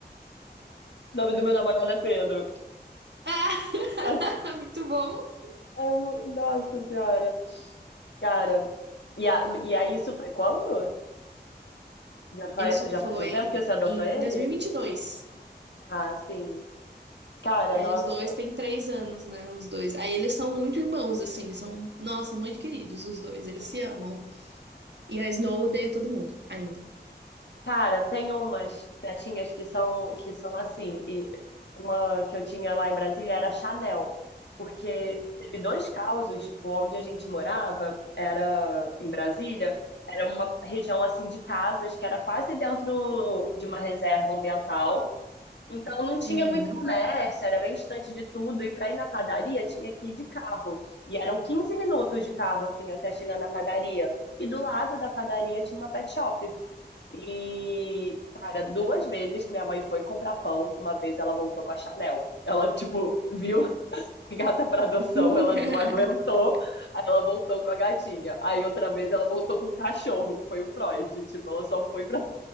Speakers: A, on the left; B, on the right.
A: O nome do meu namorado é Pedro.
B: Ah,
A: <laughs>
B: <laughs> muito bom.
A: É mu- nossa senhora. Cara, e, a, e aí isso foi quando? Já faz,
B: Isso foi
A: já faz um tempo que você adotou
B: em
A: ele?
B: dois mil e e vinte e dois
A: Ah, sim. Cara,
B: Aí
A: nossa.
B: os dois têm três anos, né? Os dois. Aí eles são muito irmãos, assim. São, nossa, muito queridos os dois. Eles se amam. E a Snow odeia todo mundo, ainda.
A: Cara, tem umas gatinhas que são que são assim. E uma que eu tinha lá em Brasília era a Chanel, porque teve dois casos, tipo, onde a gente morava, era em Brasília, era uma região assim de casas que era quase dentro de uma reserva ambiental. Então não tinha
B: Uhum.
A: muito comércio, era bem distante de tudo e para ir na padaria tinha que ir de carro. E eram 15 minutos de carro assim até chegar na padaria. E do lado da padaria tinha uma pet shop. E, cara, duas vezes que minha mãe foi comprar pão, uma vez ela voltou com a Chanel. Ela, tipo, viu a gata pra adoção,
B: <laughs>
A: ela não aguentou, aí ela voltou com a gatinha. Aí outra vez ela voltou com um cachorro, que foi o Freud. Tipo, ela só foi pra.